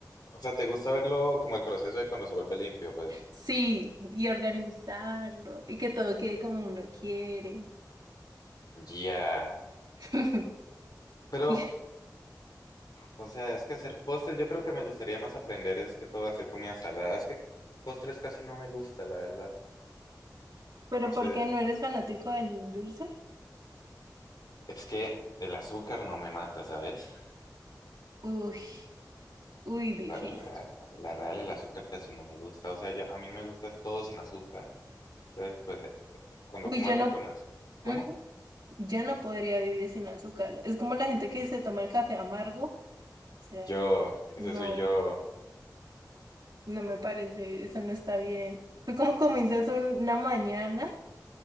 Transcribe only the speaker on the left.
O sea, ¿te gusta verlo como el proceso de cuando se vuelve limpio, pues?
Ya.
Pero,
o sea, es que hacer postres, yo creo que me gustaría más aprender es que todo hacer comida salada. Es que postres casi no me gusta, la verdad.
No
sé.
Es que el azúcar no me mata, ¿sabes?
La, rea- la real, el azúcar casi no me gusta. O sea, yo, a mí me gusta es todo sin azúcar. Entonces, pues, eh, cuando
como
algo
con azúcar. ¿Cómo?
Yo, ese
soy yo.